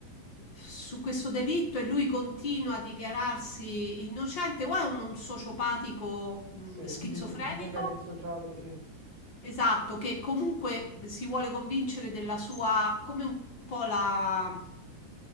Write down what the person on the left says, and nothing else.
su questo delitto e lui continua a dichiararsi innocente, o è un, un sociopatico, mm,
schizofrenico?
Esatto, che comunque si vuole convincere della sua, come un po' la,